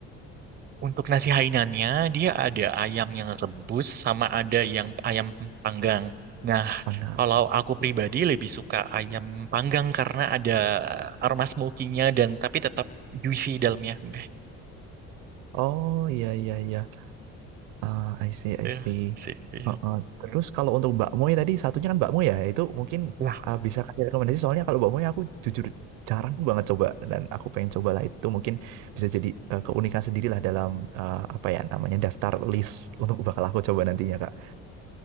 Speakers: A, on the right (about 35°); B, on the right (about 85°).
A: untuk nasi Hainannya dia ada ayam yang rebus sama ada yang ayam panggang. Nah,
B: Mana?
A: kalau aku pribadi lebih suka ayam panggang karena ada aroma smoky-nya dan tapi tetap juicy dalamnya. <laughs>
B: Oh iya iya iya. Ah, I see,
A: Ya,
B: I see.
A: sih. Iya.
B: Heeh. Terus kalau untuk bakmoy tadi satunya kan bakmoy ya, itu mungkin
A: Lah,
B: ah, bisa kasih rekomendasi soalnya kalau bakmoy aku jujur jarang banget coba dan aku pengen cobalah itu mungkin bisa jadi eh, keunikan sendiri lah dalam eh, apa ya namanya daftar list untuk bakal aku coba nantinya Kak.